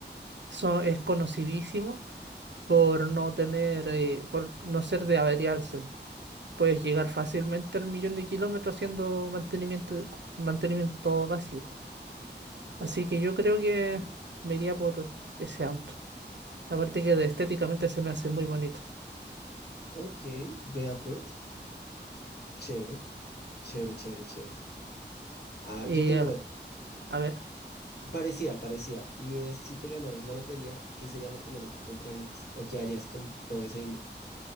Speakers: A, on the right (about 75°); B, on the left (about 60°).
A: So- es conocidísimo por no tener, eh, por no ser de averiarse. Puedes llegar fácilmente al millón de kilómetros haciendo mantenimiento, mantenimiento básico.
B: Wow.
A: Así que yo creo que me iría por ese auto. Aparte que de- estéticamente se me hace muy bonito.
B: Ok, vea pues, chévere. Chévere, chévere, chévere. Ah,
A: Y
B: yo tengo
A: eh, a ver,
B: parecía, parecía. Y es si te ganaras la lotería, ¿qué sería lo primero que comprarías o qué harías con todo ese dinero?